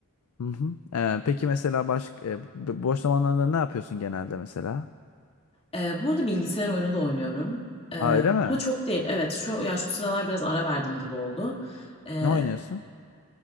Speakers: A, on the left (about 75°); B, on the left (about 25°).
A: Hı hı. Ee, peki mesela baş, e, bo- boş zamanlarında ne yapıyorsun genelde mesela?
B: Ee, bu arada bilgisayar oyunu da oynuyorum. Ee,
A: Aa öyle mi?
B: ama çok değil. Evet şu ya şu sıralar biraz ara verdim gibi oldu. Ee,
A: Ne oynuyorsun?